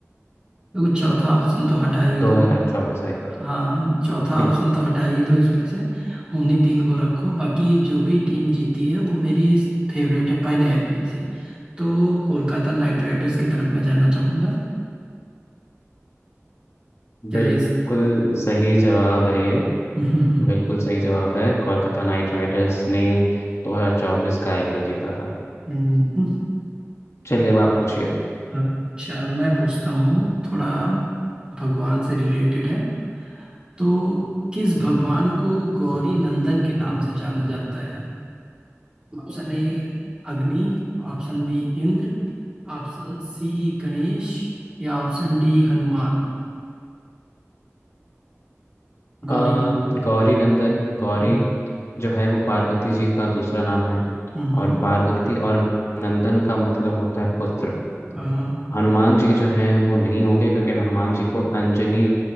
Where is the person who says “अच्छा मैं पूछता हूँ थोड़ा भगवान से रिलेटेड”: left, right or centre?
Right